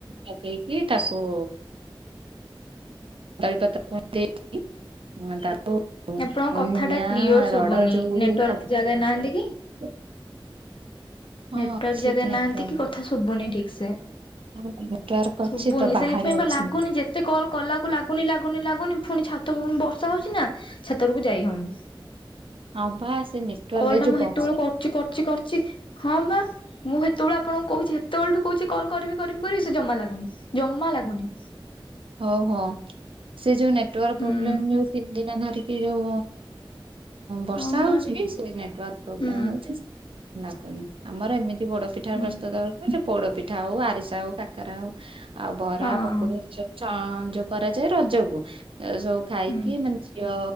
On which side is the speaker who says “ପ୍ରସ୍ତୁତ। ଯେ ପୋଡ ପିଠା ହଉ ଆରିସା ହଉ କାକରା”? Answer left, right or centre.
Right